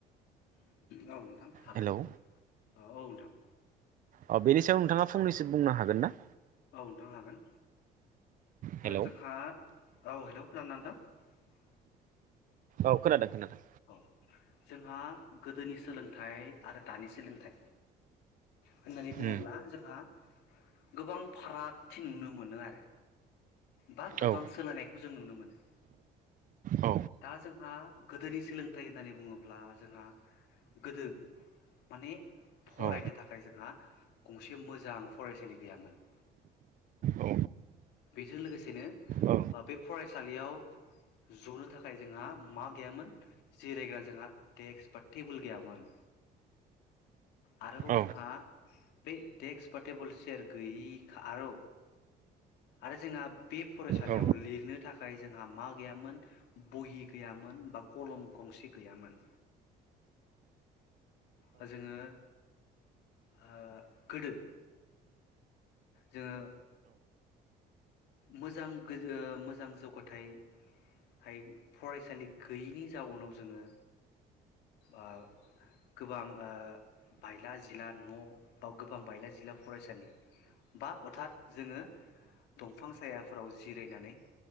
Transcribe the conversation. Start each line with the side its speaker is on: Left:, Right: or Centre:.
Left: औ नोंथां हागोन
Right: हेलौ
Left: औ नोंथां
Right: ओ बेनि सायाव नोंथाङा
Left: हागोन
Right: फनैसो बुंनो हागोन ना
Left: औ नोंथां हागोन
Right: हेलौ
Left: जोंहा औ हेलौ खोना दोंना नोंथां
Right: औ खोनादों खोनादों
Left: औ जोंहा गोदोनि सोलोंथाइ आरो दानि सोलोंथाइ होननानै बुङोब्ला
Right: उम
Left: जोंहा गोबां फारागथि नुनो मोनो आरो। बा गोबां
Right: औ
Left: सोलायनायखौ जों नुनो मोनो।
Right: औ
Left: दा जोंहा गोदोनि सोलोंथाइ होननानै बुङोब्ला जोंहा गोदो माने फरायनो
Right: औ
Left: थाखाय जोंहा गंसे मोजां फरायसालि गैयामोन।
Right: औ
Left: बेजों लोगोसेनो
Right: औ
Left: बे फरायसालियाव ज'नो थाखाय जोंहा मा गैयामोन जिरायग्रा जोंहा देक्स बा टेबोल गैयामोन। आरोबाव
Right: औ
Left: जोंहा बे डेक्स बा टेबोल चेयार गैयि आरौ आरो जोंहा बे फरायसालियाव
Right: औ
Left: लिरनो थाखा थाखाय जोंहा मा गैयामोन बहि गैयामोन बा कलम गंसे गैयामोन। ओ जोङो ओ गोदो जोङो मोजां गो ओ मोजां जौगाथाय हाय फरायसालि गैयैनि जाउनाव जोङो ओ गोबां ओ बायला जिला न' बा गोबां बायला जिला फरायसालि बा अर्थात जोङो दं बिफां सायाफोराव जिरायनानै